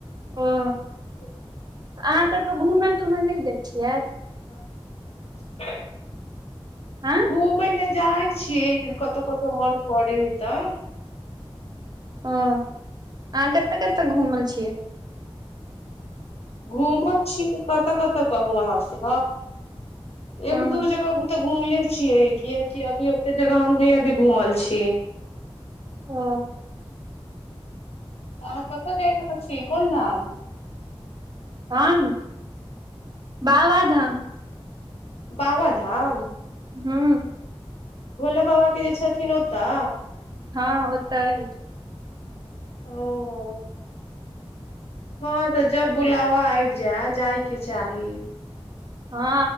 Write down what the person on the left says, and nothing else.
<inaudible>
<inaudible> <unintelligible>
जाइ छियै कतहु कतहु मन करे है तऽ
घूमल छी कतय कतय कहू अहाँसँ एक
दू जगह क तऽ घूमले छियै कियकि अभी ओते जगह हम नहि अभी घुमल छी
तऽ अहाँ कतय जाय रहल छी कोन धाम
बाबा धाम
भोला बाबाक के जे छथिन ओतऽ
ओ हँ तऽ जब बुलाबा आबि जाय जायके चाही